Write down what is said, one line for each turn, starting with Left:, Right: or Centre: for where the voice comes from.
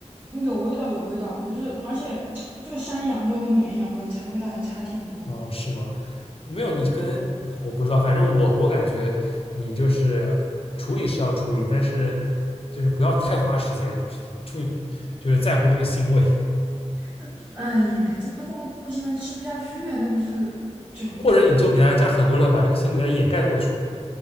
Right: 嗯有味道有味道，就是而且这个山羊肉跟绵羊肉差味道还差挺多了，
Left: 哦，是吗？没有，
Right: 嗯。
Left: 你可能我不知道，反正我我感觉你就是处理是要处理，但是就是不要太花时间处理，就是在乎这个腥味，
Right: 这这哎呀，这不在乎新闻吃不下去啊，那不是整整，
Left: 或者你就给它加很多料，把这个腥味给它掩盖过去。